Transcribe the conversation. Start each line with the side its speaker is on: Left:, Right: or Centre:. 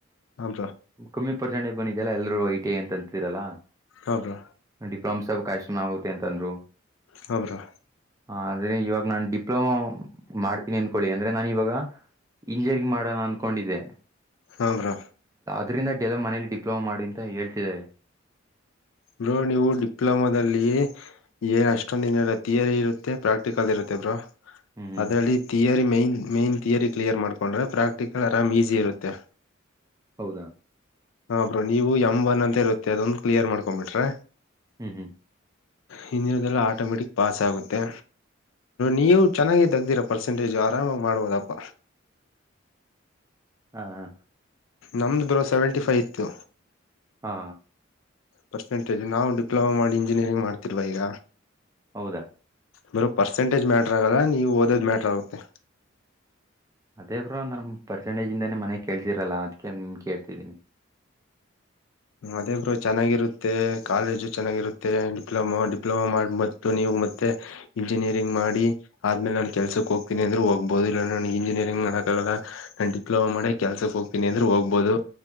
Left: ಹ ಬ್ರೋ
Right: ಕಮ್ಮಿ ಪರ್ಸೆಂಟ್ ಬಂದಿದೆಯಲ್ಲ ಎಲ್ಲರರು ಐಟಿ ಎ ಅಂತಿದರಲ್ಲ
Left: ಹ ಬ್ರೋ
Right: ಅಂಡ್ ಡಿಪ್ಲಾಸಬ್ ಕಷ್ಟನಗುತ್ತೆ ಅಂತಂದ್ರು
Left: ಹಬ್ರ
Right: ಹ ಅದೇ ಯ ನಾನ್ ಡಿಪ್ಲೊಮಾ ಮಾಡ್ತೀನಿ ಅಂದನ್ಕೊಳ್ಳಿ ಅಂದ್ರೆ ನಾನನ್ ಇವಾಗ ಇಂಜಿನಿಯರಿಂಗ್ ಮಾಡೋಣ ಅನ್ಕೊಂಡಿದ್ದೆ
Left: ಹಬ್ರ
Right: ಅದರಿಂದ ಡೆಲ ಮನೇಲಿ ಡಿಪ್ಲೊಮಾ ಮಾಡಿ ಅಂತ ಹೇಳ್ತಿದ್ದಾರೆ
Left: ಬ್ರೋ ನೀವು ಡಿಪ್ಲೊಮಾದಲ್ಲಿ ಏನ್ ಅಷ್ಟೊಂದ ದಿನಲ್ಲ ಥಿಯರಿ ಇರುತ್ತೆ ಪ್ರಾಕ್ಟಿಕಲ್ ಇರುತ್ತೆ ಬ್ರೋ
Right: ಹ್ಮ್ ಹ್ಮ್
Left: ಅದರಲ್ಲಿ ತೇರಿ ಮೇನ್ ಥಿಯರಿ ಕ್ಲಿಯರ್ ಮಾಡ್ಕೊಂಡ್ರೆ ಪ್ರಾಕ್ಟಿಕಲ್ ಆರಾಮ್ ಈಜಿ ಇರುತ್ತೆ
Right: ಹೌದಾ
Left: ಹ ಬ್ರೋ ನೀವು ಎಮ್ ಒನ್ ಅಂತ ಇರುತ್ತೆ ಅದನ್ ಕ್ಲಿಯರ್ ಮಾಡ್ಕೊಂಬಿಟ್ರ
Right: ಹ್ಮ್ ಹ್ಮ್
Left: ಹಿಂದಿನ ದಿನ ಆಟೋಮೆಟಿಕ್ ಪಾಸ್ ಆಗುತ್ತೆ ನೀವು ಚೆನ್ನಾಗಿ ತಗ್ದಿರ ಪರ್ಸೆಂಟೇಜ್ ಆರಾಮಾಗಿ ಮಾಡ್ಬೋದಪ್ಪ
Right: ಹಾ ಹಾ
Left: ನಮ್ಮ್ದು ಬರೋ ಸೆವೆಂಟಿ ಫೈ ಇತ್ತು
Right: ಹಾ
Left: ಪರ್ಸೆಂಟೇಜ್ ನಾವು ಡಿಪ್ಲೊಮಾ ಮಾಡಿ ಇಂಜಿನಿಯರಿಂಗ್ ಮಾಡ್ತಿರ್ವಾ ಈಗ
Right: ಹೌದಾ
Left: ಬರೋ ಪರ್ಸೆಂಟೇಜ್ ಮ್ಯಾಟ್ರ ಆಗಲ್ಲ ನೀವು ಓದದ್ ಮ್ಯಾಟ್ರ ಆಗುತ್ತೆ
Right: ಅದೇ ಬ್ರೋ ನಮ ಪರ್ಸೆಂಟೇಜ್ ಇಂದಾನೇ ಮನೆಗ್ ಕೇಳ್ತಿರಲ್ಲ ಅದ್ಕ್ಕೆ ನಿಮ್ ಕೇಳ್ತಿದ್ದೀನಿ
Left: ಮದೇಬ್ರು ಚೆನ್ನಾಗಿರುತ್ತೆ ಕಾಲೇಜು ಚೆನ್ನಾಗಿರುತ್ತೆ ಡಿಪ್ಲೊಮ ಡಿಪ್ಲೊಮಾ ಮಾಡಿಬು ನೀವು ಮತ್ತೆ ಇಂಜಿನಿಯರಿಂಗ್ ಮಾಡಿ ಆದ್ಮೇಲೆ ನಾನು ಕೆಲ್ಸಕ್ಕೆ ಹೋಗ್ತೀನಿ ಅಂದ್ರೂ ಹೋಗ್ಬೋದು ಇಲ್ಲ ನನಗೆ ಇಂಜಿನಿಯರಿಂಗ್ ಮಾಡಕ್ಕಾಗಲ್ಲ ನಾನು ಡಿಪ್ಲೊಮಾ ಮಾಡಿ ಕೆಲ್ಸಕ್ಕೆ ಹೋಗ್ತೀನಿ ಅಂದ್ರರು ಹೋಗ್ಬೋದು